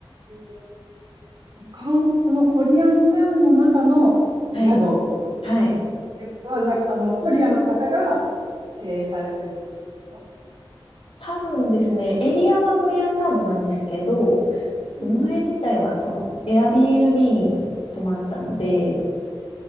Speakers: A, on the right; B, on the left.
A: うんかんそのコリアンタウンの中の宿っ
B: はい。はい。
A: ていうことは、じゃあ、あの、コリアの方が、経営されてるんじゃないですか
B: 多分ですね、エリアはコリアンタウンなんですけど、
A: うん
B: 運営自体はその Airbnb に泊まったので、